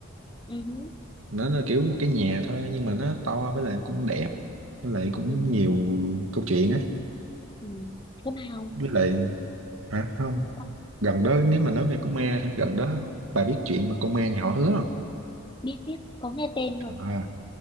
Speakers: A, on the left; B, on the right.
A: ừ, hứ,
B: nó là kiểu một cái nhà thôi nhưng mà nó to với lại cũng đẹp với lại cũng
A: ừ,
B: nhiều câu chuyện á
A: ừ. có mà không
B: với lại hả không
A: con
B: gần đó nếu mà nói về con ma hả? gần đó bà biết chuyện mà con ma nhà họ hứa không
A: biết biết có nghe tên thôi
B: à,